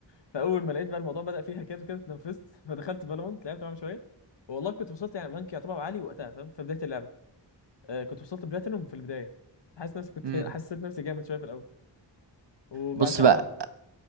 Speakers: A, on the left (about 70°); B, on the right (about 65°).
A: فاول ما لقيت بقى الموضوع بدأ فيها كات وكده اتنفست <laughs> فدخلت فالورانت لعبت معاهم شويه والله كنت وصلت يعني بنك يعتبر عالي وقتها فاهم في بدايه اللعبه آه كنت وصلت بلاتينوم في البدايه حاسس نفسي كنت
B: مم.
A: <laughs> حسيت نفسي جامد شويه في الاول وبعد
B: بص
A: كده
B: بقى
A: قطعت